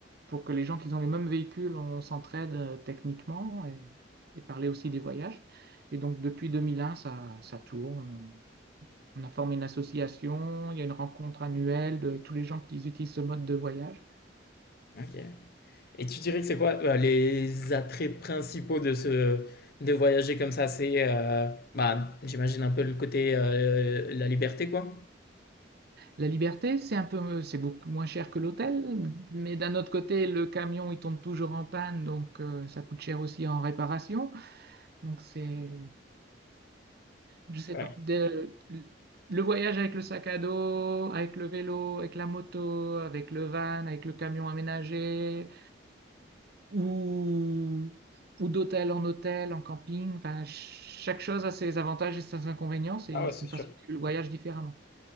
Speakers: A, on the right (about 60°); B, on the left (about 55°).
A: pour que les gens qui ont les mêmes véhicules, on s'entraide euh, techniquement et, et parler aussi des voyages. Et donc depuis 2001, ça, ça tourne. On a formé une association, il y a une rencontre annuelle de tous les gens qui utilisent ce mode de voyage.
B: Ok. Et tu dirais que c'est quoi euh, les attraits principaux de ce de voyager comme ça? C'est, euh, bah, j'imagine un peu le côté euh, la liberté, quoi.
A: La liberté, c'est un peu, c'est beaucoup moins cher que l'hôtel, mais d'un autre côté, le camion, il tombe toujours en panne, donc euh, ça coûte cher aussi en réparation. Donc c'est, je sais
B: Ouais.
A: pas. De- le voyage avec le sac à dos, avec le vélo, avec la moto, avec le van, avec le camion aménagé, ou, ou d'hôtel en hôtel, en camping, enfin, ch- chaque chose a ses avantages et ses inconvénients, c'est
B: Ah ouais,
A: c'est
B: c'est
A: une
B: sûr.
A: façon de vivre le voyage différemment.